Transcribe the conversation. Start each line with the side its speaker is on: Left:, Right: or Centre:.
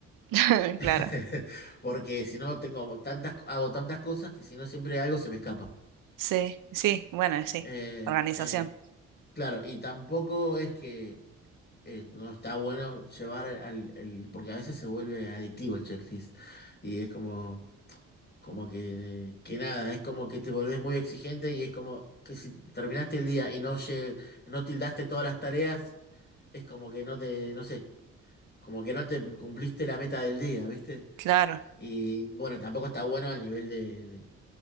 Right: <laughs> Claro.
Left: <laughs> Porque si no tengo tantas, hago tantas cosas que si no siempre algo se me escapa.
Right: Sí, sí, bueno,
Left: Eh,
Right: sí. Organización.
Left: eh, claro, y tampoco es que eh, no está bueno llevar al, el, porque a veces se vuelve adictivo el checklist. Y es como, como que, que nada, es como que te volvés muy exigente y es como que si terminaste el día y no, lle- no tildaste todas las tareas, es como que no te, no sé. Como que no te cumpliste la meta del día, ¿viste?
Right: Claro,
Left: Y bueno, tampoco está bueno al nivel de, de-